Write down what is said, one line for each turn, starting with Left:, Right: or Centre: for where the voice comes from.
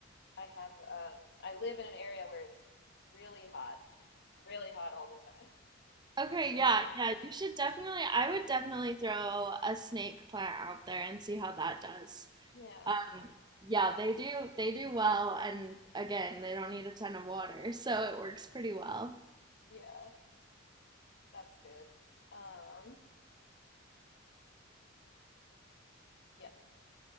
Left: I have um I live in an area where it's really hot, really hot all the time. <laughs>
Right: Okay,
Left: So,
Right: yeah, yeah, you should definitely I would definitely throw a snake plant out there and see how that does.
Left: yeah.
Right: Um, yeah, they do they do well and again, they don't need a ton of water, <laughs> so it works pretty well.
Left: Yeah, that's good. Um, yeah.